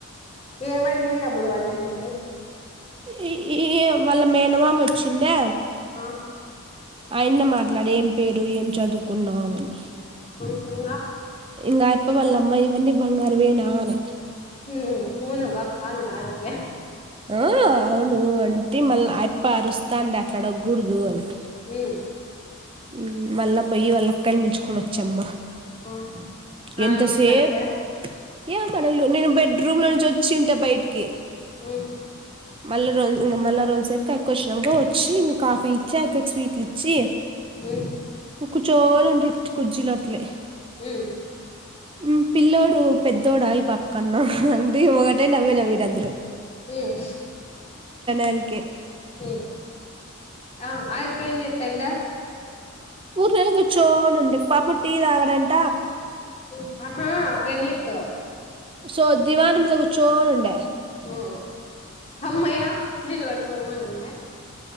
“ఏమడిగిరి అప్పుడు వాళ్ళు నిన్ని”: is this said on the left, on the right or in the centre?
Left